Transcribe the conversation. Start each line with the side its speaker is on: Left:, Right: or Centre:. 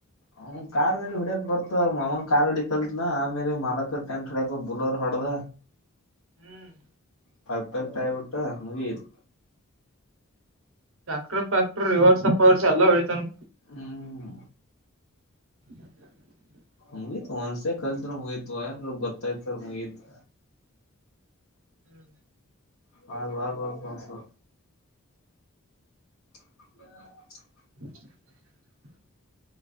Left: ಅವ ಕಾರ್ಲ್ಲಿ ಹೊಡ್ಯಕ್ ಬರ್ತವನ ಕಾರ್ ಅಡಿ ಕಲ್ತ್ನ ಆಮೇಲೆ ಮಾಲಕರ್ ಟೆಂಟ್ ಹೊಡ್ಯಕ ಬುಲರ್ ಹೊಡ್ದ
Right: ಹ್ಮ್
Left: ಪರ್ಫೆಕ್ಟ್ ಆಗಿಬಿಟ್ಟ ಮುಗಿತ್
Right: ಟ್ರ್ಯಾಕ್ಟ ಪಾಕ್ಟರ್ ರಿವರ್ಸ್ ಪವರ್ಸ್ ಎಲ್ಲ ಹೊಡಿತನ
Left: ಹ್ಮ್
Right: <unintelligible>
Left: ಮುಗಿತು ಒಂದಸತಿ ಕಲಿತ್ರೆ ಮುಗಿತು ಎಲ್ ಗೊತ್ತಾಯ್ತಾರ ಮುಗೀತು
Right: ಹ್ಮ್
Left: ಹೊಡೆದು ಹೊಡೆದು ಮಲಗಿಸು <unintelligible>
Right: <unintelligible>